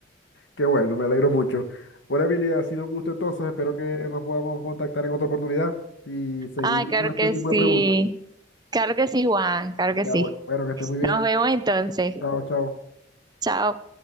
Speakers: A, on the left; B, on the right.
A: Qué bueno, me alegro mucho. Bueno, Emilia, ha sido un gusto entonces. Espero que nos podamos contactar en otra oportunidad y seguir
B: Ay, claro
A: con este
B: que
A: tipo
B: sí.
A: de preguntas.
B: Claro que sí, Juan. Claro que
A: Ya,
B: sí.
A: bueno, bueno, que estés muy bien.
B: Nos vemos entonces.
A: Chao, chao.
B: Chao.